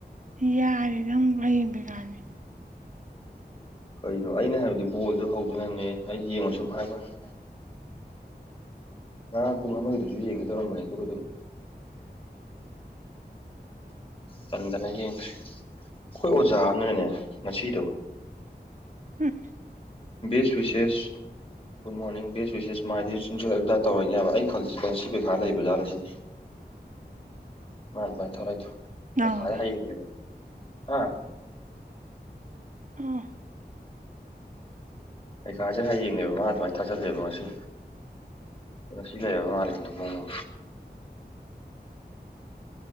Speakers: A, on the right (about 50°); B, on the left (about 30°).
A: ꯌꯥꯔꯦ ꯅꯪ ꯍꯌꯦꯡꯕꯩꯀꯅꯤ
B: ꯀꯩꯅꯣ ꯑꯩꯅ ꯍꯥꯏꯕꯗꯤ ꯕꯣꯜꯗꯣ ꯍꯧꯗꯣꯏꯅ ꯍꯥꯏꯕꯅꯦ ꯑꯩ ꯌꯦꯡꯉꯨ ꯁꯨꯝ ꯍꯥꯏꯕꯅꯤ ꯉꯔꯥꯡ ꯄꯨꯡ ꯑꯃꯒꯤꯗꯨꯁꯨ ꯌꯦꯡꯒꯦ ꯇꯧꯔꯝꯕꯅꯦ ꯑꯗꯨꯒ ꯑꯗꯨꯝ꯫ ꯇꯟꯗꯅ ꯌꯦꯡꯗꯦ ꯑꯩꯈꯣꯏ ꯑꯣꯖꯥ ꯑꯃꯅꯅꯦ ꯉꯁꯤꯗꯣ꯫
A: ꯍꯨꯝ
B: ꯕꯦꯁ ꯁꯦꯁ ꯒꯨꯗ ꯃꯣꯔꯅꯤꯡ ꯕꯦ ꯋꯤꯁꯦꯁ ꯃꯥꯥꯏꯗꯤ ꯁꯨꯝꯖ ꯖ ꯇꯧꯔꯛꯏꯅꯦꯕ ꯑꯩꯩꯅ ꯈꯜꯂꯤꯁꯤꯪꯁꯤ ꯀꯩꯈꯥ ꯂꯩꯕ ꯖꯥꯠꯁꯤꯅꯦ꯫ ꯃꯥꯄ ꯊꯧꯣꯔ
A: ꯂꯥꯎꯅꯕ
B: ꯊ ꯐꯗ ꯍꯥꯏꯕꯗ ꯑ
A: ꯑ
B: ꯀꯩꯀꯥꯁꯦ ꯍꯌꯦꯡꯅꯦꯕ ꯃꯥ ꯑꯗꯨꯃꯥꯏꯅ ꯊꯥꯆꯜꯂꯦꯕ ꯉꯁꯤ ꯁꯤ ꯂꯩꯕ ꯃꯥꯂꯅ ꯃꯑꯣ